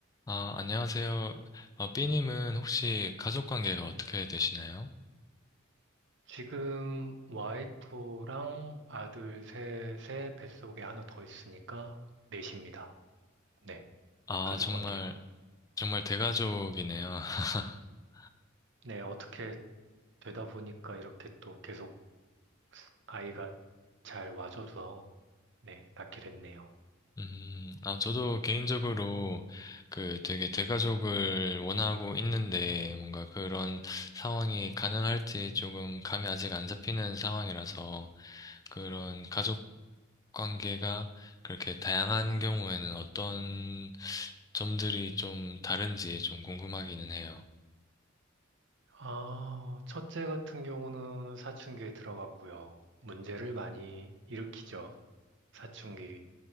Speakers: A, on the left; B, on the right.
A: 아, 안녕하세요. 어, 삐님은 혹시 가족 관계가 어떻게 되시나요?
B: 지금 와이프랑 아들 셋의 뱃속에 하나 더 있으니까 넷입니다. 네,
A: 아,
B: 가족
A: 정말,
B: 관계요.
A: 정말 대가족이네요. <laughs>
B: 네, 어떻게 되다 보니까 이렇게 또 계속 아이가 잘 와줘서 네, 낳게 됐네요.
A: 음, 아, 저도 개인적으로 그 되게 대가족을 원하고 있는데 뭔가 그런 상황이 가능할지 조금 감이 아직 안 잡히는 상황이라서 그런 가족 관계가 그렇게 다양한 경우에는 어떤 점들이 좀 다른지 좀 궁금하기는 해요.
B: 아, 첫째 같은 경우는 사춘기에 들어갔고요. 문제를 많이 일으키죠. 사춘기.